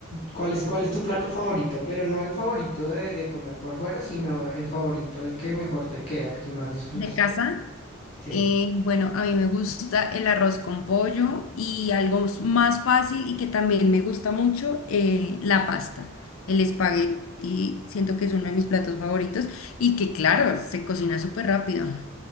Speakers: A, on the left; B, on the left.
A: ¿Cuál es, cuál es tu plato favorito? Pero no el favorito de, de comer por fuera, sino el favorito, el que mejor te queda, el que más disfrutes.
B: de casa.
A: co- Sí.
B: Eh, bueno, a mí me gusta el arroz con pollo y algo s- más fácil y que también me gusta mucho, eh, la pasta. El espagueti, siento que es uno de mis platos favoritos y que claro, se cocina súper rápido.